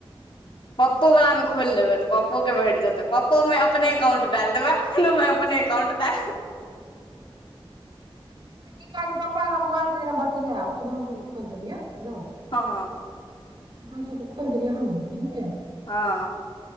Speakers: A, on the left (about 60°); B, on the right (about 60°).
A: पप्पो बला में खोलि लेबै तऽ पप्पोक के भेट जेतै पप्पो में अपने अकाउंट डायल देबै अपनो में अपने कंट देय
B: आ की कहै छै पप्पा हमरा मोबाइल से जेना बतियाब सुधांशु के खोलि देलियै बुझलों
A: हं
B: सुधांशु के खोल देने हमहीँ रहिये
A: हँ